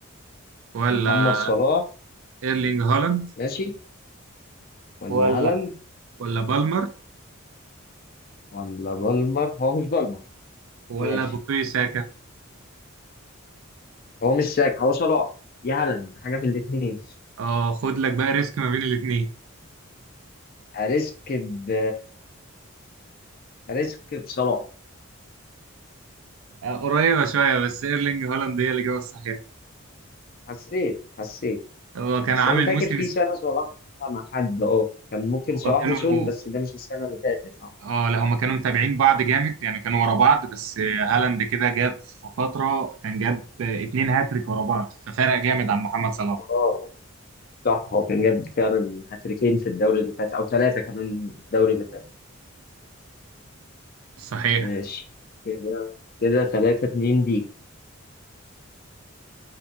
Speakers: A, on the right; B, on the left.
A: ولا
B: محمد صلاح
A: ايرلينج هالاند
B: ماشي ولا
A: ولا
B: هالاند
A: ولا بالمر
B: ولا بالمر هو مش بالمر
A: ولا
B: ماشي
A: بوكوي ساكا؟
B: هو مش ساك هو صلاح يا هالاند حاجة من الاتنين
A: اه خد لك بقى ريسك ما بين الاثنين
B: أريسك ب أريسك بصلاح
A: آه قريبة شوية بس ايرلينج هالاند هي الإجابة الصحيحة
B: حسيت حسيت
A: هو كان
B: بس
A: عامل
B: انا فاكر
A: موسم
B: في
A: است-
B: سنه صلاح فيها مع حد اه كان ممكن
A: هو
B: صلاح
A: كانوا
B: وسون بس ده مش السنه اللي فاتت
A: اه لا هما كانوا متابعين بعض جامد يعني كانوا ورا بعض بس هالاند كده جاب في فترة كان جاب اتنين هاتريك ورا بعض ففرق جامد عن محمد صلاح
B: اه صح هو كان جاب فعلا هاتريكين في الدوري اللي فات او ثلاثه كمان في الدوري اللي فات
A: صحيح
B: ماشي كده كده ثلاثة اتنين دي